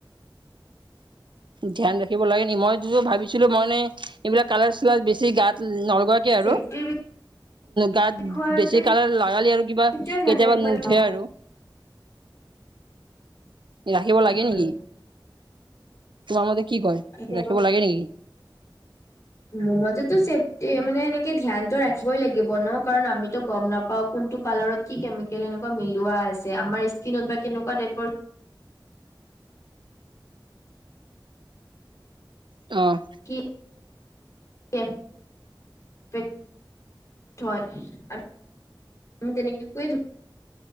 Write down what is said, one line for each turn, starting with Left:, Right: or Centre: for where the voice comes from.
Left: উ
Right: ধ্যান ৰাখিব লাগে নি মই টোতো ভাবিছিলোঁ মই এনে এইবিলাক কালাৰ চালাৰ বেছি গাত নলগা কে
Left: চেফটিৰ
Right: আৰু গাত
Left: বিষয়তে
Right: বেছি কালাৰ লাগালি আৰু কিবা
Left: সেইটোৱে ধ্যান
Right: কেতিয়াবা
Left: ৰাখিব
Right: নু
Left: লাগে
Right: উঠে
Left: অ
Right: আৰু। ৰাখিব লাগে
Left: উম
Right: নেকি? তোমাৰ মতে কি কয়?
Left: আহি কেনো
Right: ৰাখিব লাগে নেকি
Left: মোৰ মতেতো চেফটিয়ে মানে এনেকে ধ্যানটো ৰাখিবই লাগিব ন' কাৰণ আমিতো গম নাপ পাওঁ কোনটো কালাৰত কি কেমিকেল এনেকুৱা মিলোৱা আছে আমাৰ স্কিনত বা কেনেকুৱা টাইপৰ
Right: অ',
Left: কি কে <unintelligible>